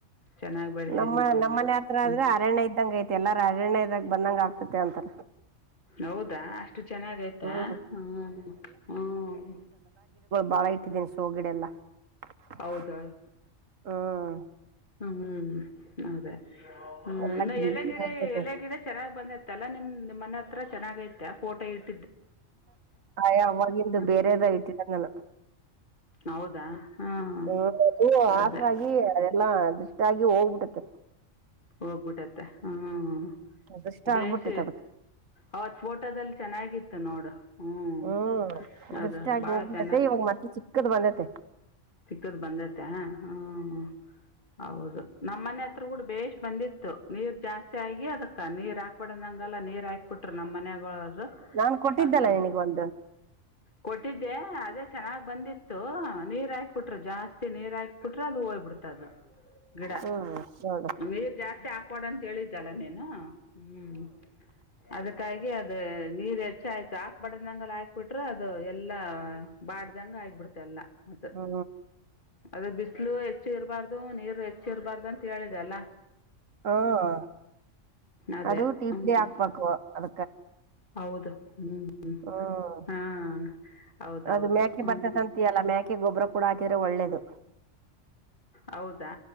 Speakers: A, on the left; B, on the right.
A: ಚೆನ್ನಾಗಿ ಬೆಳೆಸಿದೀನಿ
B: ನಮ್ಮ
A: ಅವನ್ನ
B: ನಮ್ಮ ಮನೆ ಹತ್ರ
A: ಹ್ಞೂ
B: ಆದ್ರೆ ಅರಣ್ಯ ಇದ್ದಂಗ ಐತೆ ಎಲ್ಲಾರ ಅರಣ್ಯ ಇದ್ದಂಗ ಬಂದಂಗ ಆಗ್ತತೆ ಅಂತಾರ
A: ಹೌದಾ ಅಷ್ಟು ಚೆನ್ನಾಗಿ ಆಯ್ತಾ
B: ಹ್ಮ್
A: ಹ್ಮ ಹ್ಮ
B: ಬಾಳಇಟ್ಟಿದೀನಿ ಶೋಗಿಡಡೆಲ್ಲ ಹ್ಮ್
A: ಹೌದಳು ಹ್ಮ್ ಅದೇ ಹ್ಮ್
B: ಎಲ್ಲಾ ಗ್ರೀನ್
A: ಎಲೆ ಗಿಡ
B: ಇರ್ತದೆ
A: ಎಲೆ ಗಿಡ ಚೆನ್ನಾಗ್ ಬಂದತ್ತಲ್ಲಾ ನಿಮ್ ನಿ ಮ ಹತ್ರ ಚೆನ್ನಾಗೈಐತೆ ಫೋಟೋ ಇಟ್ಟ
B: ಆಯಾ ಅವಾಗಂದು
A: ಹ್ಞೂ
B: ಬೇರೆದ ಇಟ್ಟಿದಂಗಾನ
A: ಹೌದಾ ಹಾಂ
B: ಹ ಅ
A: ಅದೇ
B: ಹಸರಾಗಿ ಅದೆಲ್ಲಾ ದೃಷ್ಟಾಗಿ ಹೋಗ್ಬಿಟ್ಟತ್ತೆ
A: ಹೋಗ್ಬಿಟ್ಟತ್ತೆ ಹ್ಮ
B: ದೃಷ್ಟ
A: ಬೇಸ
B: ಆಗ್ಬಿಟ್ಟೈತ್ ಅದಕ್ಕ
A: ಅವತ್ ಫೋಟೋದಲ್ಲಿ ಚೆನ್ನ ಹಗಿತ್ತು ನೋಡ ಹ್ಮ್
B: ಹ್ಮ್
A: ಅದು
B: ದೃಷ್ಟಿ ಆಗಿ
A: ಬಾಳ
B: ಹೋಗ್ಬಿಟ್ಟತೆ
A: ಚೆನ್ನ
B: ಇವಾಗ ಮತ್ತೆ ಚಿಕ್ಕದ್ ಬಂದೈತೆ
A: ಚಿಕ್ಕದ್ ಬಂದತೆ ಹ್ಮ ಹೌದು ನಮ್ಮ್ನೆ ಹತ್ರ ಕೂಡ ಬೇಷ್ ಬಂದಿತ್ತು ನೀರ್ ಜಾಸ್ತಿ ಆಗಿ ಅದಕ್ಕ ನೀರ್ ಹಾ ಕಪಡದಗೆಲ್ಲ ನೀರ್ ಹಾಕ್ಬಟ್ರ ನಮ್ಮ್ ಮನಯಗಳರು
B: ನಾನ್ ಕೊಟ್ಟಿದ್ದಲ್ಲ
A: ಅದು
B: ನಿನಗ್ ಒಂದು
A: ಕೊಟ್ಟಿದ್ದೆ ಅದೇ ಚೆನ್ನಾಗ್ ಬಂದಿತ್ತು ನೀರ್ ಹಾಕ್ಬಿಟ್ರು ಜಾಸ್ತಿ ನೀರ್ ಹಾ ಕುಟ್ರ ಅದು ಹೋಗಬಿಡ್ತದು ಗಿಡ
B: ಹ್ಮ್ ನೋಡು
A: ನೀ ಜಾಸ್ತಿ ಆ ಕೊಡ ಅಂತ ಹೇಳಿದ್ದಲ್ಲ ನೀನ ಹ್ಮ್ ಅದಕ್ಕಾಗಿ ಅದ ನೀರ್ ಚೆ ಆಯ್ತು ಹಾಕ್ಬಡ್ದಂಗಲ್ಲ ಹಾಕ್ ಬಿಟ್ರೆ ಅದು ಎಲ್ಲ ಬಾಡ್ದಂಗ ಆಗಬಿಡ್ತ ಎಲ್ಲ ಮತ್ತ
B: ಹ್ಮ
A: ಅದ ಬಿಸಲು ಹೆಚ್ಚು ಇರಬಾರ್ದು ನೀರು ಹೆಚ್ಚು ಇರಬಾರ್ದು ಅಂತ ಹೇಳಿದೆಲ್ಲ
B: ಹ್ಮ
A: ಅದೇ
B: ಅದು ಟೀಪಡಿ
A: ಹ್ಞೂ
B: ಹಾಕ್ಬೇಕು ಅದ
A: ಹೌದು ಹ್ಮ್ ಹ್ಮ
B: ಹ್ಮ್
A: ಹಾ ಹೌದೌದು
B: ಅದು ಮ್ಯಾಕೆ
A: ಹ್ಮ್
B: ಬರ್ತದಂತಯಲ್ಲ ಮ್ಯಾಕೆ ಗೊಬ್ಬರ ಕೂಡ ಹಾಕಿದ್ರೆ ಒಳ್ಳೇದು
A: ಹೌದಾ